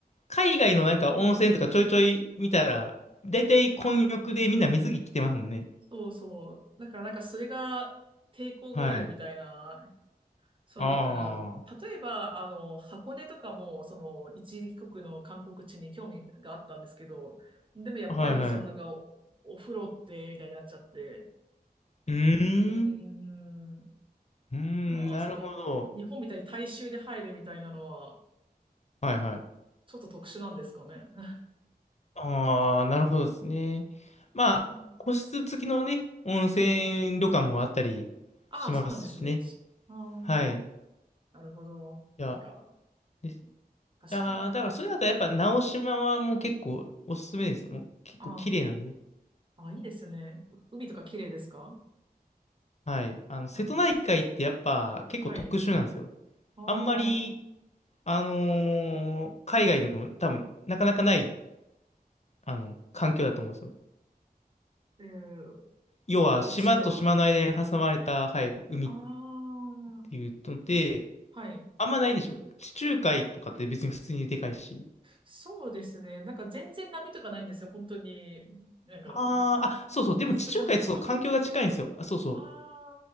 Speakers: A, on the left (about 45°); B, on the right (about 35°).
A: 海外のなんか温泉とかちょいちょい見たら、だいたい混浴でみんな水着着てますもんね。
B: そうそう。だからなんかそれが抵抗があるみたいな。
A: はい。
B: そう、
A: あ
B: だから、例えば、あの、箱根とかも、その、一時帰国の観光地に興味があったんですけど、でもやっぱり、
A: あ、はいはい。
B: そのなんかお、
A: う
B: お風呂って、みたいになっちゃって、
A: ーん、
B: うーん。
A: うーん、
B: まあ、
A: なるほど。
B: その、なんかね日本みたいに大衆で入るみたいなのは、
A: はいはい。
B: ちょっと特殊なんですかね。<laughs>
A: ああ、なるほどですね。まあ、
B: うん、
A: 個室付きのね、温泉旅館もあったりしますしね。
B: <laughs> ああ、そうなんですね。ああ、
A: はい。い
B: なるほど。
A: や、
B: いや、
A: です。
B: 確かに。
A: ああ、だからそれだとやっぱ直島はもう結構おすすめですよ。もう結構綺麗なんで。
B: ああ、ああ、いいですね。う海とか綺麗ですか
A: はい。あの、瀬戸内海ってやっぱ結構特殊なんですよ。
B: ああ、はい。ああ、
A: あんまり、あのー海外でも多分なかなかない、あの、環境だと思うんですよ。
B: えー、
A: 要は島と島の間に挟まれた、
B: 内側。
A: はい、海っ
B: ああ、
A: ていうので、
B: はい。
A: あんまないでしょ。地中海とかって別に普通にでかいし。
B: そうですね。なんか全然波とかないんですよ。本当に。なんか、
A: ああ、あ、そうそう。でも地中海ってそう環境が近いんですよ。
B: そういう感じですか
A: あ、そうそう。
B: ああ